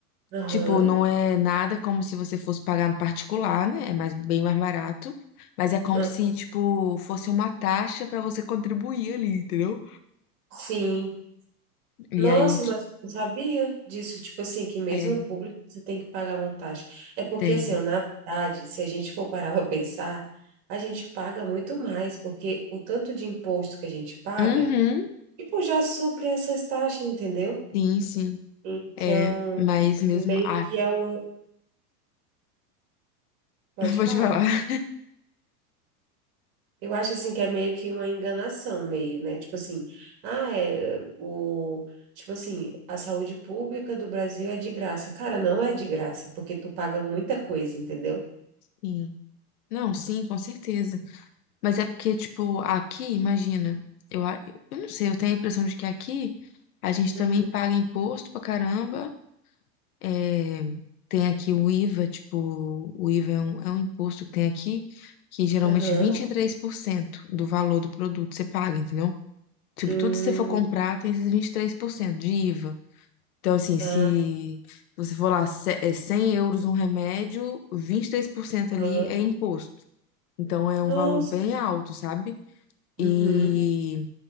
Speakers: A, on the right (about 50°); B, on the left (about 65°).
A: Aham.
B: Tipo, não é nada como se você fosse pagar no particular, né? É mais, bem mais barato. Mas é como
A: Ah,
B: se, tipo, fosse uma taxa pra você contribuir ali, entendeu?
A: Sim.
B: E
A: Nossa,
B: aí, tipo,
A: mas eu não sabia disso, tipo assim, que mesmo
B: é,
A: o público você tem que pagar uma taxa. É porque,
B: tem.
A: assim, ó, na verdade, se a gente for parar <laughs> para pensar, a gente paga muito mais, porque o tanto de imposto que a gente paga,
B: Uhum.
A: tipo, já supre essas taxas, entendeu?
B: Sim, sim.
A: Então,
B: É, mas mesmo.
A: meio
B: Ah,
A: que é um. Pode
B: <laughs> pode
A: falar.
B: falar.
A: Eu acho assim que é meio que uma enganação, meio, né? Tipo assim, ah, é o tipo assim, a saúde pública do Brasil é de graça. Cara, não é de graça, porque tu paga muita coisa, entendeu?
B: Sim. Não, sim, com certeza. Mas é porque, tipo, aqui, imagina, eu, a- eu não sei, eu tenho a impressão de que aqui a gente também
A: Uhum.
B: paga imposto pra caramba. É, tem aqui o IVA, tipo, o IVA é um, é um imposto que tem aqui, que geralmente
A: Aham.
B: 23% do valor do produto você paga, entendeu? Tipo,
A: Hum.
B: tudo que você for comprar tem esses 23% de IVA. Então, assim, se
A: Ah,
B: você for lá, cé- é 100 euros um remédio, vinte e três por cento
A: Aham.
B: ali é imposto. Então, é
A: Nossa.
B: um valor bem alto, sabe? E
A: Uhum.